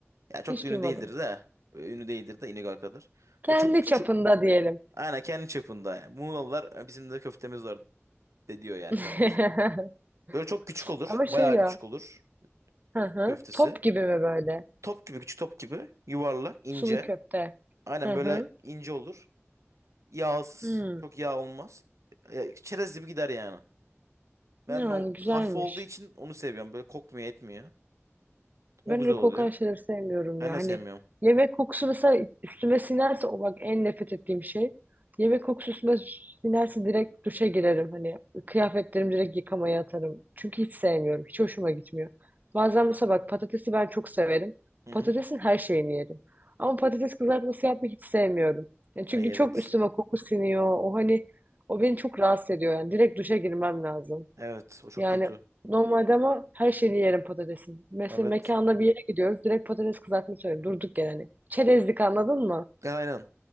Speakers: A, on the right; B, on the right.
A: Ya çok
B: Hiç
A: da ünlü
B: duymadım.
A: değildir de. e, Ünlü değildir de İnegöl kadar.
B: Kendi
A: Böyle çok küçük
B: çapında diyelim.
A: Aynen kendi çapında yani. Muğlalılar "E, bizim de köftemiz var de diyor yani
B: <laughs>
A: kendi başında. Böyle çok küçük olur.
B: Ama
A: Bayağı
B: şey ya.
A: küçük olur
B: Hı hı.
A: köftesi.
B: Top gibi mi böyle?
A: Top gibi küçük top gibi yuvarlak ince.
B: Sulu köfte.
A: Aynen
B: Hı hı.
A: böyle ince olur. Yağsız.
B: Hmm.
A: Çok yağ olmaz. E, çerez gibi gider yani. Ben
B: Yani
A: de o
B: güzelmiş.
A: hafif olduğu için onu seviyorum. Böyle kokmuyor etmiyor. O
B: ben
A: güzel
B: öyle
A: oluyor.
B: kokan şeyleri sevmiyorum
A: Ben
B: ya.
A: de
B: Hani
A: sevmiyorum.
B: yemek kokusu mesela üstüme sinerse o bak en nefret ettiğim şey. Yemek kokusu üstüme sinerse direkt duşa girerim. Hani kıyafetlerimi direkt yıkamaya atarım. Çünkü hiç sevmiyorum. Hiç hoşuma gitmiyor. Bazen mesela bak patatesi ben çok severim.
A: Hı
B: Patatesin
A: hı.
B: her şeyini yerim. Ama patates kızartması yapmayı hiç sevmiyorum. Yani çünkü
A: Ay evet.
B: çok üstüme koku siniyor. O hani o beni çok rahatsız ediyor yani. Direkt duşa girmem lazım.
A: Evet o çok
B: Yani
A: kötü.
B: normalde ama her şeyini yerim patatesin. Mesela
A: Evet.
B: mekanda bir yere gidiyoruz. Direkt patates kızartma söylüyorum. Durduk yani. Çerezlik anladın mı?
A: Ya, Aynen.